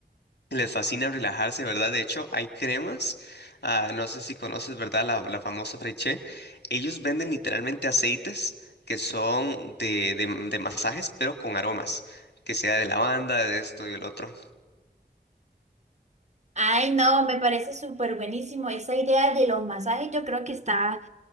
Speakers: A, on the left (about 80°); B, on the right (about 40°).
A: Les fascina relajarse, ¿verdad? De hecho, hay cremas, ah, no sé si conoces, ¿verdad? La, la famosa fraiche Ellos venden literalmente aceites que son de, de de masajes, pero con aromas, que sea de lavanda, de esto y del otro.
B: Ay, no, me parece súper buenísimo. Esa idea de los masajes yo creo que está